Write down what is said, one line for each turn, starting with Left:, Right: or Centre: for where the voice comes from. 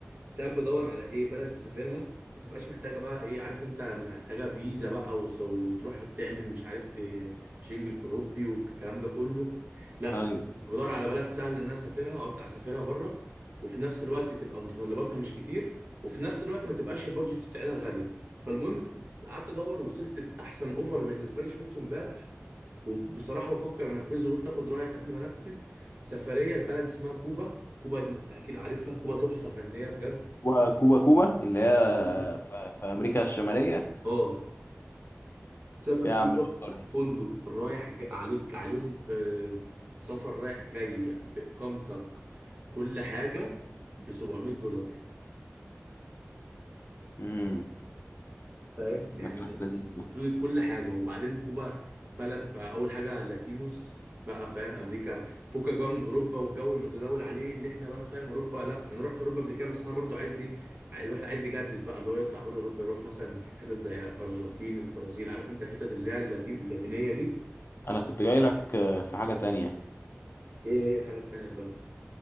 Right: كنت بدور على ايه بلد نسافرها ما تبقاش محتاجه بقى ايه عارف انت محتاجه فيزا بقى وص- وتروح تعمل مش عارف ت- شنجل اوروبي والكلام ده كله لا
Left: ايوه
Right: كنت بدور على بلد سهل ان انا اسافرها او اطلع اسافرها بره وفي نفس الوقت تبقى متطلباتها مش كتير وفي نفس الوقت ما تبقاش البادجت بتاعتها غاليه فالمهم قعدت ادور وصلت لاحسن اوفر بالنسبه لي شفته امبارح وبصراحه بفكر انفذه وقلت اخد رايك قبل ما انفذ سفريه لبلد اسمها كوبا كوبا دي انت اكيد عارفها كوبا تحفه فنيه بجد
Left: كوبا كوبا كوبا اللي هي
Right: كوبا
Left: في, في امريكا الشماليه
Right: اه تسافر
Left: يا
Right: كوبا
Left: عم الأخضر
Right: في
Left: دي
Right: فندق رايح ج... عليك عليهم آه، سفر رايح جاي بإقامتك كل حاجة ب 700 دولار
Left: امم
Right: فاهم يعني
Left: ده كلام لذيذ ده
Right: انكلود كل حاجة وبعدين كوبا بلد فأول حاجة لاتينوس بقى فاهم أمريكا فكك بقى من أوروبا والجو المتداول عليه اللي احنا بقى فاهم أوروبا لا أنا رحت أوروبا قبل كده بس أنا برضو عايز إيه ع- الواحد عايز يجدد بقى اللي هو يطلع بره أوروبا يروح مثلا حتت زي أرجنتين البرازيل عارف أنت الحتت اللي هي اللاتين اللاتينية دي
Left: انا كنت جاي لك آه، في حاجه تانية
Right: ايه هي الحاجة التانية طيب؟